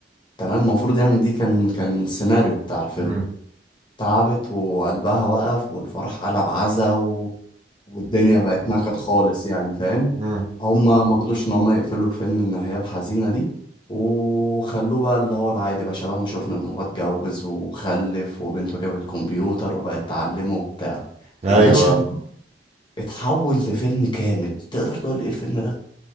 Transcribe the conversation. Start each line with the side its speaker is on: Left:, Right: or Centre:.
Left: تمام المفروض يعني دي كان كان السيناريو بتاع الفيلم
Right: مم.
Left: تعبت وقلبها وقف والفرح قلب عزا والدنيا بقت نكد خالص يعني فاهم
Right: مم.
Left: هما مرضوش ان هما يقفلوا الفيلم النهاية الحزينة دي وخلوه بقى اللي هو العادي بقى شبه ما شفنا ان هو اتجوز وخلف وبنته جابت كمبيوتر وبقت تعلمه وبتاع
Right: ايوه
Left: المشهد ده اتحول لفيلم كامل تقدر تقول ايه الفيلم ده